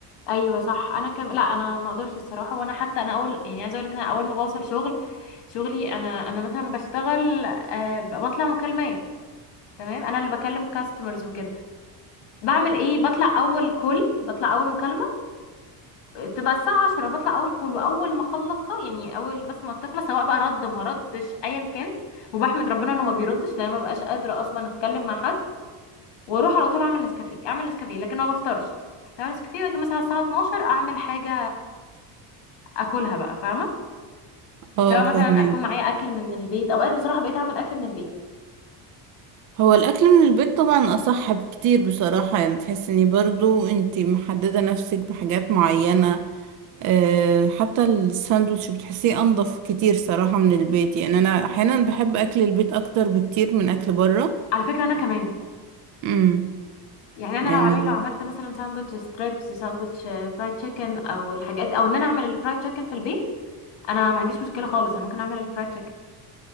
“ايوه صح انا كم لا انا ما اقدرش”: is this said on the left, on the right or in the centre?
Left